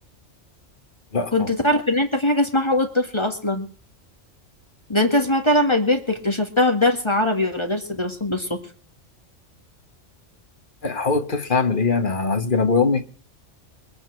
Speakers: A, on the left; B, on the left.
A: لا
B: كنت
A: طبعا
B: تعرف ان انت في حاجة اسمها حقوق الطفل اصلا ده انت سمعتها لما كبرت اكتشفتها في درس عربي ولا درس دراسات بالصدفة
A: هو الطفل اعمل ايه انا هسجن ابويا وامي